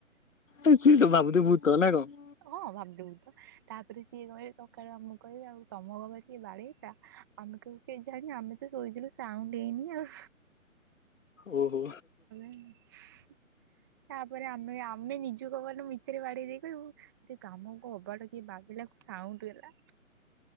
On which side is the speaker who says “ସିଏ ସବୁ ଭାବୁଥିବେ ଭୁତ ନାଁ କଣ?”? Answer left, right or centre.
Left